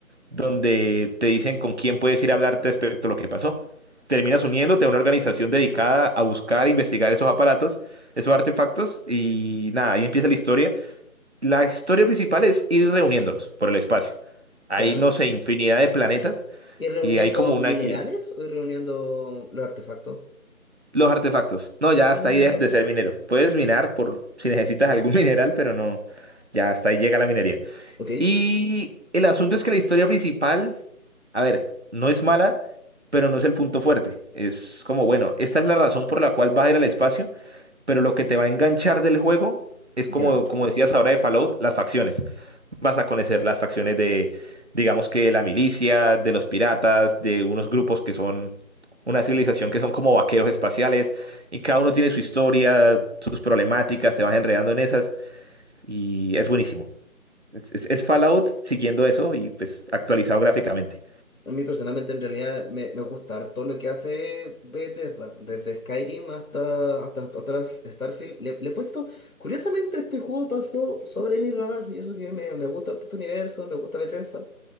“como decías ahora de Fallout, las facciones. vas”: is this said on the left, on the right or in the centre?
Right